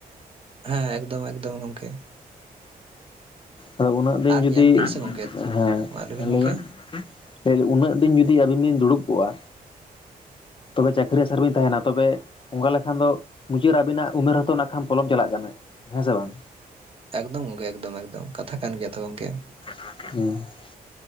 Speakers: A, on the right (about 35°); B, on the left (about 35°).
A: ᱦᱮᱸ ᱮᱠᱫᱚᱢ ᱮᱠᱫᱚᱢ ᱜᱚᱢᱠᱮ ᱾
B: ᱟᱫᱚ ᱩᱱᱟᱹᱜ ᱫᱤᱱ
A: ᱟᱨ
B: ᱡᱩᱫᱤ
A: ᱧᱮᱞ ᱵᱤᱱ ᱥᱮ ᱜᱚᱢᱠᱮ
B: ᱦᱮᱸ
A: ᱢᱟ ᱞᱟᱹᱭᱵᱤᱱ ᱜᱚᱢᱠᱮ
B: ᱞᱟᱹᱭᱵᱮᱱ ᱾ ᱛᱟᱦᱚᱞᱮ ᱩᱱᱟᱹᱜ ᱫᱤᱱ ᱡᱩᱫᱤ ᱟᱹᱵᱤᱱ ᱵᱤᱱ ᱫᱩᱲᱩᱵ ᱠᱚᱜᱼᱟ, ᱛᱚᱵᱮ ᱪᱟᱹᱠᱷᱨᱤ ᱟᱥᱟ ᱨᱮᱵᱤᱱ ᱛᱟᱦᱮᱱᱟ ᱛᱚᱵᱮ ᱚᱝᱠᱟ ᱞᱮᱠᱷᱟᱱ ᱫᱚ ᱢᱩᱪᱟᱹᱜ ᱨᱮ ᱟᱵᱤᱱᱟᱜ ᱩᱢᱮᱨ ᱦᱚᱸᱛᱚ ᱱᱟᱜ ᱠᱷᱟ ᱯᱚᱞᱚᱢ ᱪᱟᱞᱟᱜ ᱠᱟᱱᱟ, ᱦᱮᱸ ᱥᱮ ᱵᱟᱝ!
A: ᱮᱠᱫᱚᱢ ᱜᱚᱢᱠᱮ, ᱮᱠᱫᱚᱢ ᱮᱠᱫᱚᱢ ᱠᱟᱛᱷᱟ ᱠᱟᱱ ᱜᱮᱭᱟ ᱛᱚ ᱜᱚᱝᱠᱮ ᱾
B: ᱦᱮᱸ ᱾